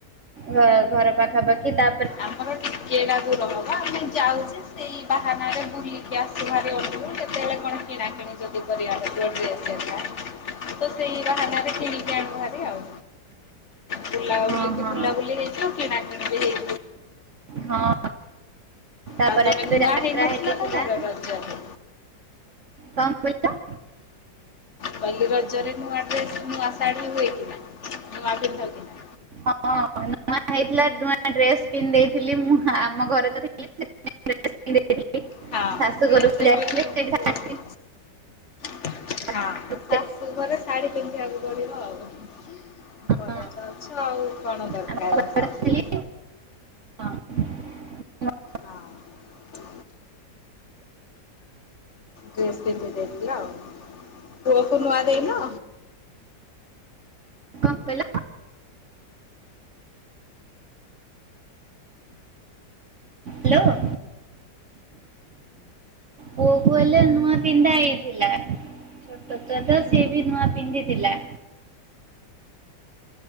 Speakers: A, on the right (about 50°); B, on the left (about 45°).
A: ଘ ଘର ପାଖାପାଖି ତା
B: ଆମର ଟିକେ ଗାଁ ଦୂର ହବ ଆମେ ଯାଉଛି ସେଇ ବାହାନାରେ ବୁଲିକି ଆସି ଭାବେ ବସି ବୁ କେତେବେଳେ କଣ କିଣାକିିଣି <unintelligible> ତ ସେଇ ବାହାନାରେ କିଣିକି ଆଣୁଭାରି ଆଉ। ବୁଲାବୁଲି
A: ହଁ
B: କୁ
A: ହଁ
B: ବୁଲାବୁଲି ହେଇଯିବ କିଣାକିଣି ବି ହେଇ
A: ହଁ ତାପରେ
B: ଆଉ ତମେ
A: ଏବେ
B: ନୂଆ
A: ଯାତ୍ରା
B: ହେଇନଥିଲ
A: ହେଇଥିଲା।
B: ତମର ରଜରେ?
A: କଣ କହିଲ।
B: କାଲି ରଜରେ ନୂଆ ଡ୍ରେସ ନୂଆ ଶାଢ଼ୀ ହୋଇଥିଲା ନୂଆ ପିନ୍ଧନ୍ତି ନା।
A: ହଁ ନୂଆ ହେଇଥିଲା ନୂଆ ଡ୍ରେସ୍ ପିନ୍ଧେଇଥିଲି ମୁଁ ଆମ ଘରେ ତ ଥିଲି। ଡ୍ରେସ ପିନ୍ଧି ଦେଇଥିଲି
B: ହଁ
A: ଶାଶୁ
B: ଡ୍ରେସ୍‌
A: ଘରକୁ
B: ଏବେ
A: ଯାଇଥିଲି ସେଇଠି
B: ପୂଅକୁ
A: ଶାଢ଼ୀ
B: ହଁ
A: ପିନ୍ଧି
B: ଶାଶୁ ଘରେ ଶାଢୀ ପିନ୍ଧିବାକୁ ପଡିବ ଆଉ। ଘରେ
A: ହଁ
B: ତ ଅଛ ଆଉ କଣ ଦରକାର
A: ଆମ ଘରେ
B: ସାଢି।
A: ଥିଲି ହଁ।
B: ହଁ। ଡ୍ରେସ ପିନ୍ଧିଦେଇଥିଲ ଆଉ ପୁଅକୁ ନୂଆ ଦେଇନ।
A: କଣ କହିଲ। ହ୍ୟାଲୋ। ପୁଅ କୁ ହେଲେ ନୂଆ ପିନ୍ଧା ହେଇଥିଲା। ଛୋଟ ଛୁଆ ତ ସିଏ ବି ନୂଆ ପିନ୍ଧିଥିଲା।